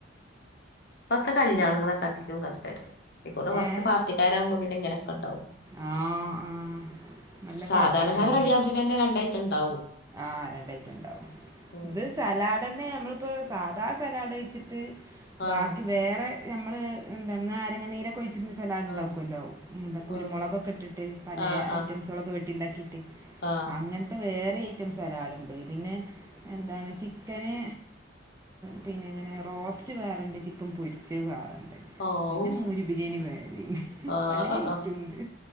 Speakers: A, on the left; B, on the right.
A: ഇപ്പറത്തെ കല്യാണങ്ങളൊക്കെ അധികം കഷ്ടന്നെ <unintelligible> കൊർച്ച്
B: ഏഹ്
A: പാർട്ടിക്കാരാവുമ്പോ പിന്നെ ഇങ്ങനൊക്കെണ്ടാവും.
B: ആ ആ നല്ല
A: സാധാരണക്കാര
B: പാർട്ടിക്കാരാണ്
A: കല്ല്യാണത്തിനന്നെ രണ്ടയ്റ്റണ്ടാവും.
B: ആഹ് രണ്ടയ്റ്റണ്ടാവും.
A: ഉം
B: ഇത് സലാഡ് തന്നെ നമ്മള്പ്പോ സാധാ സലാഡ് കഴ്ച്ചിട്ട് ബാക്കി
A: ആഹ്
B: വേറെ നമ്മള് ന്തന്ന നാരങ്ങനീര് ഴിച്ചി സലാഡ് ഉണ്ടാക്കുല്ലോ
A: ആഹ്
B: ന്ത കുരുമളൊകൊക്കെ
A: ആഹ്
B: ഇട്ട്ട്ട് പലേ
A: ആഹ് ആഹ്
B: ഐറ്റംസ്. ളൊക്കെ വെട്ടി ഇണ്ടാക്കിട്ട്
A: ആഹ്
B: അങ്ങനത്തെ വേറെ ഐറ്റം സലാഡ്ണ്ട് പിന്നെ എന്താണ് ചിക്കന് പിന്നെ ഇങ്ങനെ റോസ്റ്റ് വേറണ്ട് ചിക്കൻ പൊരിച്ചേ വേറണ്ട്.
A: ഓഹ്
B: പിന്നെ മൂരി ബിരിയാണി വേറണ്ട്
A: ആഹ്
B: പലേ
A: ആഹ്
B: ഐറ്റുണ്ട്.
A: ആഹ്